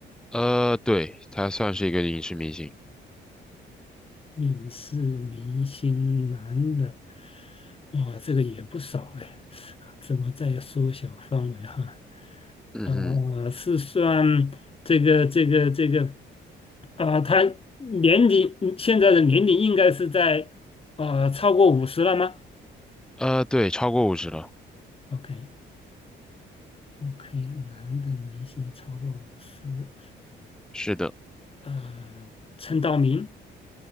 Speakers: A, in the centre; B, on the left.
A: 呃，对，他算是一个影视明星，
B: 影视明星男的，哇，这个也不少哎，怎么再缩小范围哈？
A: 嗯哼，
B: 啊、是算这个这个这个，啊、他年龄现在的年龄应该是在呃超过五十了吗
A: 呃，对，超过五十了，
B: ？OK OK，男的明星超过五十，
A: 是的，
B: 呃，陈道明